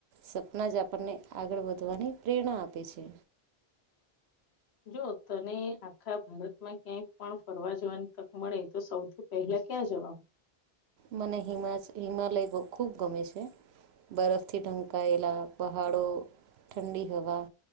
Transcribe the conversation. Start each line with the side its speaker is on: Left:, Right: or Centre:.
Right: સપના જ આપણને આગળ વધવાની પ્રેરણા આપે છે.
Left: જો તને આખા ભારતમાં ક્યાંક પણ ફરવા જવાની તક મળે તો સૌથી પેહેલા ક્યાં જવાનું?
Right: મને હિ હિમાલય ખૂબ ગમે છે. બરફથી ઢંકાયેલા પહાડો ઠંડી હવા